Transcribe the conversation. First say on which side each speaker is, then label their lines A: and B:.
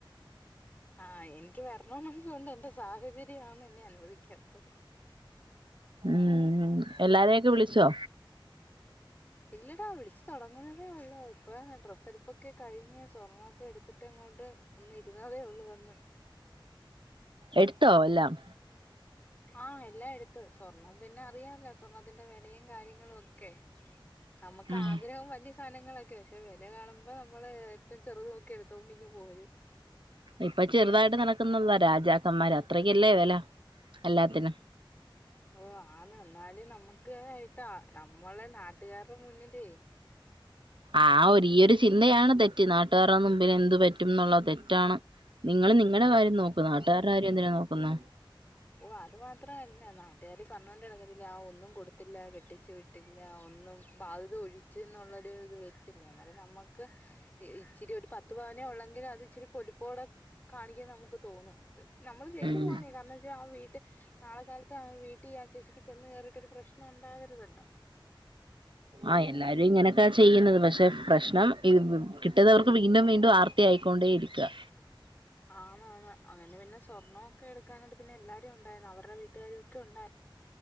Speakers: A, on the left; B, on the right.
A: ആഹ ആ എനിക്ക് വരണോന്നൊക്കെ ഉണ്ട് എന്റെ സാഹചര്യമാണെന്ന് എന്നെ അനു ചോദിക്കാത്തത്
B: ഉം എല്ലാരെയൊക്കെ വിളിച്ചോ
A: ഇല്ലടാ വിളിച്ച് തുടങ്ങുന്നതേ ഉള്ള് ഇപ്പൊ ഡ്രസ്എടുപ്പൊക്കെ കഴിഞ്ഞ് സ്വർണൊക്കെ എടുത്തിട്ട് ഇങ്ങോട്ട് ഒന്ന് ഇരുന്നതേ ഉള്ളു വന്ന്
B: എടുത്തോ എല്ലാം
A: ആഹ എല്ലാം എടുത്ത് സ്വർണം പിന്നെ അറിയാല്ലോസ്വർണത്തിന്റെ വിലയും കാര്യങ്ങളും ഒക്കെ നമുക്ക്
B: ഉം
A: ആഗ്രഹം വലിയ വലിയസധനങ്ങളൊക്കെ പക്ഷെ വില കാണുമ്പോൾ നമ്മൾ ഏറ്റവും ചെറുതു നോക്കി എടുത്തോണ്ട് ഇങ്ങ് പോരും
B: ഇപ്പൊ ചെറുതായിട്ട് നടക്കുന്നതാ രാജാക്കന്മാര് അത്രക്കല്ലേ വില എല്ലാത്തിനും
A: ഓ ആന്ന് എന്നാലും നമ്മുക്ക് നമുക്കായിട്ടാ നമ്മള് നാട്ടുകാരുടെ മുന്നിലേ
B: ആ ഒരു ഈ ഒരു ചിന്തയാണ് തെ ഈനാട്ടുകാാര മുമ്പിൽ എന്ത് പറ്റും എന്നുള്ളത് തെറ്റാണ് നിങ്ങള് നിങ്ങടെ കാര്യം നോക്കു ആദ് നാട്ടുകാരുടെ കാര്യം എന്തിനാ നോക്കുന്നെ
A: ഓ അത് മാത്രല്ല നാട്ടുകാർ പറഞ്ഞോണ്ട് നടക്കത്തിലേആ ഒന്നും കൊടുത്തി ത്തില്ല കെട്ടിച്ചു വീട്ടില ഒന്നും ബാധ്യത ഒഴിച്ച് എന്നുള്ളൊര് ഇത് വരത്തില്ല എന്നാലും നമ്മക്ക് ഇച്ചിരി ഒരു പത്ത് പവനേ ഉള്ളെങ്കിലും അത് ഇച്ചിരി പൊലി <unintelligible> കാണിക്കുന്നേ നമുക്ക് തോന്നും നമ്മള് ചെയ്തു
B: ഉം
A: പോന്നേ കാരണം ആ വീട്ട് നാളെ കാലത്ത് ആ വീട്ടിൽ ആ ചേച്ചിക്ക് ചെന്ന് കയറിയിട്ട് ഒരു പ്രശ്നം ഉണ്ടാവരുതല്ലോ.
B: ആഹ് എല്ലാരും ഇങ്ങനെ ചെയ്യുന്നതാ പക്ഷേ പ്രശ്നം കിട്ടുന്നവർക്ക് വീണ്ടും വീണ്ടും ആർത്തിയായിക്കൊണ്ടേ ഇരിക്കുവാ.
A: ആന്നാ ന്ന് ആന് പിന്നെ സ് സ്വർണ്ണവൊക്കെ എടുക്കാനായിട്ട് പിന്നെ എല്ലാരും ണ്ടായ്ര്ന്നു അവരടെ വീട്ടാരൊക്കെ ഉണ്ട